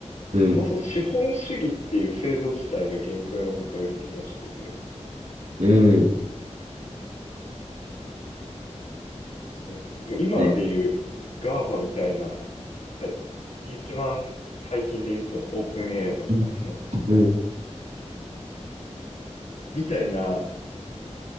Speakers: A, on the right (about 80°); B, on the left (about 85°).
A: うん、
B: そもそも資本主義っていう制度自体が限界を迎える気がしてて、
A: うん、
B: そのまあ今でいう
A: ね。
B: GAFA みたいな、はい一番最近で言うとオープン a i とかが、
A: うん、
B: その、
A: うん、
B: みたいな、なんか